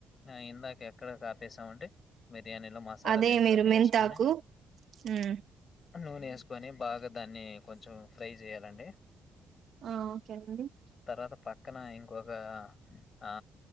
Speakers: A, on the left; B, on the right.
A: ఆ! ఇందాక ఎక్కడ కాపేసాం అంటే బిర్యానీలో మసాలా
B: అదే
A: దినుసులు
B: మీరు
A: అన్నీ
B: మెంతాకు
A: వేసుకొని
B: మ్మ్
A: నూనె వేసుకొని బాగా దాన్ని కొంచెం ఫ్రై చేయాలండి
B: ఆ ఓకే అండి
A: తరువాత పక్కన ఇంకో ఇక్కొక ఆ